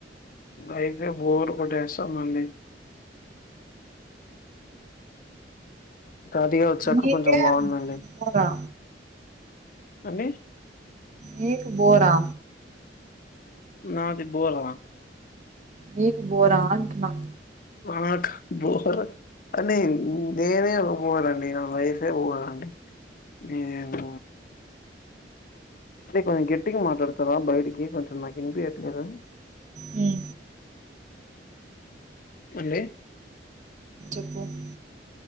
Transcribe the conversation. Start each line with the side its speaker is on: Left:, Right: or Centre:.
Left: అయితే బోర్ కొట్టేస్తాదండి. ఖాతిగా వచ్చాక
Right: నీకే
Left: కొంచెం బాగుందండి.
Right: బోరా
Left: అండి
Right: నీక్ బోరా
Left: నాది బోరా
Right: నీకు బోరా అంటున్నా
Left: నాకు బోర అని నేనే బోర్ నా లైఫే అండి మీది ఎంత కొంచెం గట్టికి మాట్లాడతారా బయటికి కొంచెం నాకు ఇనిపి ఎట్లేదు
Right: హ్మ్.
Left: అండి
Right: చెప్పు <inaudible>